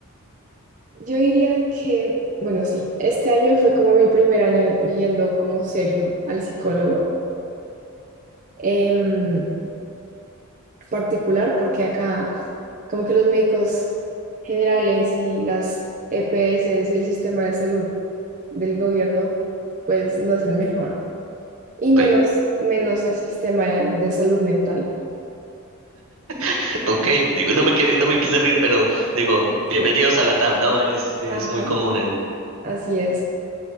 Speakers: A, on the right (about 35°); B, on the right (about 70°).
A: yo diría que, bueno, sí, este año fue como mi primer año yendo como serio al psicólogo em, particular, porque acá como que los médicos generales y las EPS y el sistema de salud del gobierno, pues no es el mejor. Y
B: Ok,
A: menos, menos el sistema de salud mental.
B: <laughs> ok, digo, no me quiere, no me quise reír, pero digo, bienvenidos
A: sí.
B: a la TAM, ¿no? Es, es
A: Ajá,
B: muy común en...
A: así es.